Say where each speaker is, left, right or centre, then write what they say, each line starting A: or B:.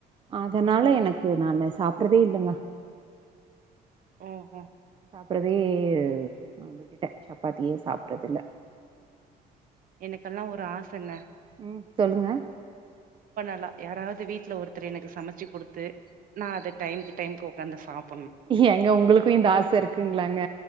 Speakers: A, on the right; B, on the right.
A: அதனால எனக்கு நானு சாப்பறதே இல்லங்க
B: ஓஹோ
A: சாப்பறதே ம் விட்டுட்டே சப்பாத்திய சாப்பறது இல்ல
B: எனக்கெல்லா ஒரு ஆசங்க
A: உம் சொல்லுங்க
B: ல்லா யாராது வீட்ல ஒருத்தர் எனக்கு சமச்சு குடுத்து நா அத டைம்க்கு டைம் உக்காந்து சாப்
A: ஏங்க உங்குளுக்கும் இந்த ஆச இருக்குங்களாங்க